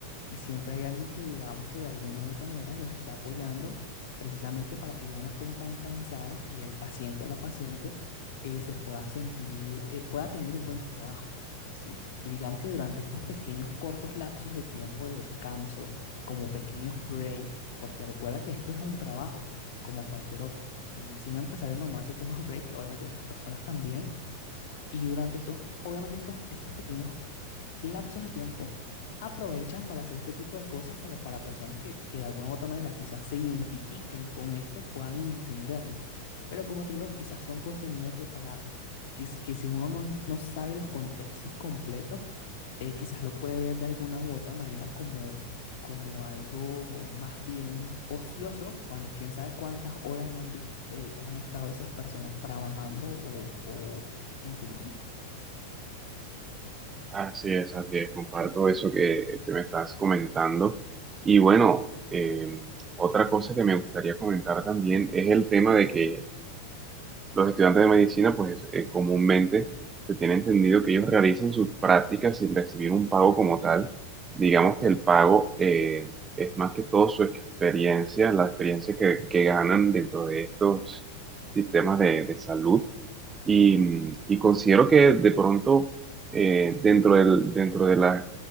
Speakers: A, on the left (about 50°); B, on the right (about 20°).
A: y siempre hay alguien que, digamos que de alguna u otra manera los está apoyando precisamente para que ya no estén tan cansados y el paciente o la paciente eh, se pueda sentir, eh, pueda tener un buen trabajo, ¿sí? Y digamos que durante estos pequeños cortos lapsos de tiempo de descanso, como pequeños break, porque recuerda que esto es un trabajo como cualquier otro. Y si un empresario normal se toma <laughs> break, obviamente estas personas también, y durante esos, obviamente estos, estos pequeños lapsos de tiempo aprovechan para hacer este tipo de cosas como para personas que, que de alguna u otra manera quizás se identifiquen con esto, puedan entenderlo. Pero como te digo, quizás son contenido que para que, que si uno no, no sabe los contextos completos, eh, quizás lo puede ver de alguna u otra manera como, como algo más bien ocioso, cuando quién sabe cuántas horas no han visto, han estado esas personas trabajando o, o en cirugía.
B: Así es, así es, comparto eso que, que me estás comentando. Y bueno, eh, otra cosa que me gustaría comentar también es el tema de que Los estudiantes de medicina, pues eh, comúnmente se tiene entendido que ellos realizan sus prácticas sin recibir un pago como tal. Digamos que el pago eh, es más que todo su experiencia, la experiencia que, que ganan dentro de estos sistemas de, de salud. Y, y considero que de pronto, eh, dentro del, dentro de la